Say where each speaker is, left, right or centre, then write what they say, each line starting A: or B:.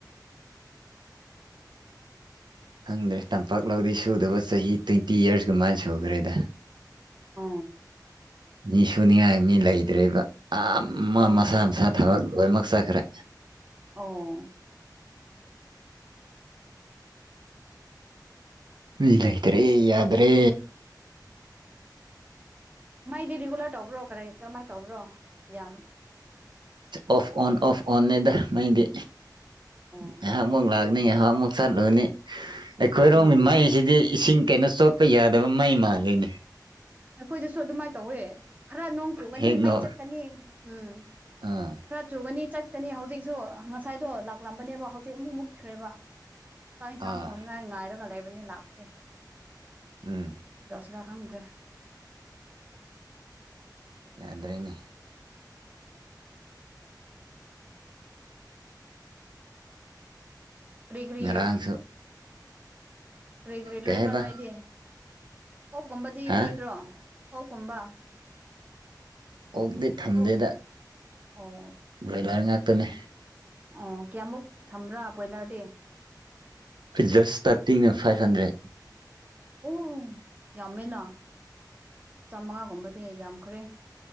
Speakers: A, on the right; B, on the right.
A: ꯈꯪꯗ꯭ꯔꯦ ꯇꯝꯄꯥꯛꯂꯥꯎꯗꯤ ꯁꯨꯗꯕ ꯆꯍꯤ ꯇ꯭ꯋꯦꯟꯇꯤ ꯌꯔꯁ ꯀꯃꯥꯏꯅ ꯁꯨꯈ꯭ꯔꯦꯗ
B: ꯑ
A: ꯃꯤ ꯁꯨꯅꯤꯡꯉꯥꯏ ꯃꯤ ꯂꯩꯇ꯭ꯔꯦꯔꯤꯕ ꯑꯃ
B: ꯑꯣ
A: ꯃꯁꯥ ꯃꯁꯥ ꯊꯕꯛ ꯔꯋꯃꯒ ꯁꯥꯈ꯭ꯔꯦ
B: ꯑꯣ
A: ꯎ ꯂꯩꯇ꯭ꯔꯦ ꯌꯥꯗ꯭ꯔꯦ
B: ꯃꯥꯏꯗꯤ ꯔꯤꯒꯨꯂꯔ ꯇꯧꯕ꯭ꯔꯣ ꯀꯔꯤ ꯀꯔꯝꯍꯥꯏꯅ ꯇꯧꯕ꯭ꯔꯣ ꯌꯥꯝ
A: ꯑꯣꯐ ꯑꯣꯟ ꯑꯣꯐ ꯑꯣꯟꯅꯦꯗ ꯃꯩꯗꯤ
B: ꯑꯣ
A: ꯉꯥꯏꯍꯥꯛ ꯃꯨꯛ ꯂꯥꯛ ꯍ <unintelligible> ꯃꯨꯛ ꯆꯠ ꯂꯨꯅꯤ ꯑꯩꯈꯣꯏꯔꯣꯝꯒꯤ
B: ꯎꯝ
A: ꯃꯩꯁꯤꯗꯤ ꯏꯁꯤꯡ ꯀꯩꯅ ꯆꯣꯠꯄ ꯌꯥꯗꯕ ꯃꯩ ꯃꯥꯜꯂꯤꯅꯦ
B: ꯑꯩꯈꯣꯏꯗꯁꯨ ꯑꯗꯨꯃꯥꯏꯅ ꯇꯧꯋꯦ ꯈꯔ ꯅꯣꯡ ꯆꯨꯒꯅꯤ
A: ꯍꯦꯛ
B: ꯃꯩ
A: ꯅꯣ
B: ꯆꯠꯀꯅꯤ ꯎꯝ
A: ꯑꯥ
B: ꯈꯔ ꯆꯨꯒꯅꯤ ꯆꯠꯀꯅꯤ ꯍꯧꯖꯤꯛꯁꯨ ꯉꯁꯥꯏꯗꯣ ꯂꯥꯛꯂꯝꯕꯅꯦꯕ ꯍꯧꯖꯤꯛ ꯑꯃꯨꯛ ꯃꯨꯛꯈ꯭ꯔꯦꯕ ꯆꯥꯛ ꯏꯟꯁꯥꯡ
A: ꯑꯥ
B: ꯊꯣꯡꯅꯤꯡꯉꯥꯏ ꯉꯥꯏꯔꯒ ꯂꯩꯕꯅꯤ ꯂꯥꯛꯇꯦ
A: ꯎꯝ
B: ꯈꯔꯥꯛ ꯈꯪꯗ꯭ꯔꯦ
A: ꯌꯥꯗ꯭ꯔꯦꯅꯦ
B: ꯀꯔꯤ ꯀ꯭ꯔꯤ
A: ꯉꯔꯥꯡꯁꯨ
B: ꯀꯔꯤ ꯀ꯭ꯔꯤ ꯂꯣꯏꯕ꯭ꯔꯥ
A: ꯀꯩ ꯍꯥꯏꯕ
B: ꯅꯣꯏꯗꯤ ꯑꯣꯛꯀꯨꯝꯕꯗꯤ
A: ꯍꯥ
B: ꯂꯣꯏꯗ꯭ꯔꯣ ꯑꯣꯛꯀꯨꯝꯕ
A: ꯑꯣꯛꯗꯤ ꯊꯝꯗꯦꯗ
B: ꯑꯣꯛ ꯑꯣ
A: ꯂꯣꯏ ꯂꯥꯏꯔ ꯉꯥꯛꯇꯅꯤ
B: ꯑꯣ ꯀꯌꯥꯃꯨꯛ ꯊꯝꯕ꯭ꯔꯥ ꯕ꯭ꯔꯣꯏꯂꯔ ꯗꯤ
A: ꯑꯩ ꯖꯁ ꯏꯁꯇꯥꯔꯇꯤꯡꯅ ꯐꯥꯏꯚ ꯍꯟꯗ꯭ꯔꯦꯠ
B: ꯑꯣ ꯌꯥꯝꯃꯦꯅ ꯆꯥꯃꯉꯥꯒꯨꯝꯕꯗꯤ ꯌꯥꯝꯈ꯭ꯔꯦ